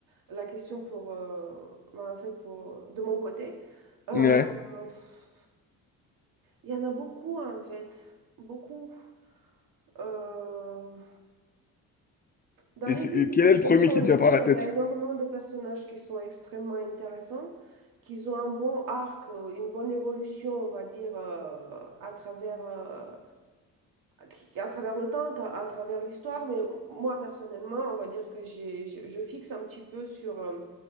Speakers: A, on the right; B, on the left.
A: la question pour, euh, bah, en fait, pour, de mon côté. Euh,
B: Ouais.
A: pff, Il y en a beaucoup en fait, beaucoup. Euh, dans
B: Et,
A: les
B: c'est-
A: livres
B: et quel
A: que
B: est
A: je
B: le
A: lis,
B: premier qui
A: honnêtement,
B: te vient par
A: il
B: la
A: y
B: tête?
A: en a énormément de personnages qui sont extrêmement intéressants, qui ont un bon arc, euh, une bonne évolution, on va dire, euh, à travers, euh, qui- à travers le temps, tra- à travers l'histoire, mais moi personnellement, on va dire que j'ai, je, je fixe un petit peu sur, euh,